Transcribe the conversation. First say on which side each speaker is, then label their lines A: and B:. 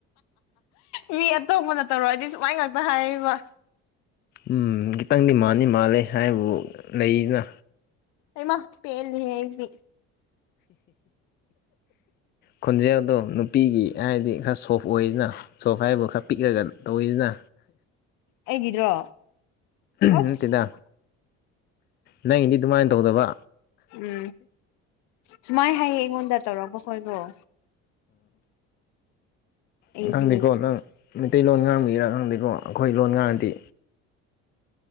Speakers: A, on the left (about 80°); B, on the left (about 35°).
A: ꯃꯤ ꯑꯇꯣꯞꯄꯅ ꯇꯧꯔꯛ ꯑꯩꯗꯤ ꯁꯨꯃꯥꯏ ꯉꯥꯛꯇ ꯍꯥꯏꯌꯦꯕ
B: ꯎꯝ ꯈꯤꯇꯪꯗꯤ ꯃꯥꯥꯟꯗꯤ ꯃꯥꯂꯦ ꯍꯥꯏꯕꯨ ꯂꯩꯗꯅ
A: ꯍꯩꯃꯥ ꯄꯦꯜꯂꯤꯍꯦ ꯑꯩꯗꯤ
B: ꯈꯣꯟꯖꯦꯜꯗꯣ ꯅꯨꯄꯤꯒꯤ ꯍꯥꯏꯗꯤ ꯈꯔ ꯁꯣꯐ ꯑꯣꯏꯗꯅ ꯁꯣꯐ ꯍꯥꯏꯕꯨ ꯈꯔ ꯄꯤꯛꯑꯒ ꯑꫭꯏꯗꯅ
A: ꯑꯩꯒꯤꯗ꯭ꯔꯣ ꯑꯁ
B: ꯅꯠꯇꯦꯗ ꯅꯪꯒꯤꯗꯤ ꯑꯗꯨꯃꯥꯏꯅ ꯇꯧꯗꯕ
A: ꯎꯝ ꯁꯨꯃꯥꯏ ꯍꯥꯏꯌꯦ ꯑꯩꯉꯣꯟꯗ ꯇꯧꯔꯛꯄ ꯈꯣꯏꯗꫭ ꯑꯩꯗꯤ
B: ꯎ ꯅꯪꯗꯤꯀꯣ ꯅꯪ ꯃꯩꯇꯩꯂꯣꯟ ꯉꯥꯡꯕꯩꯔꯥ ꯈꯪꯗꯦꯀꯣ ꯑꯩꯈꯣꯏ ꯂꯣꯟ ꯉꯥꯡꯉꯗꯤ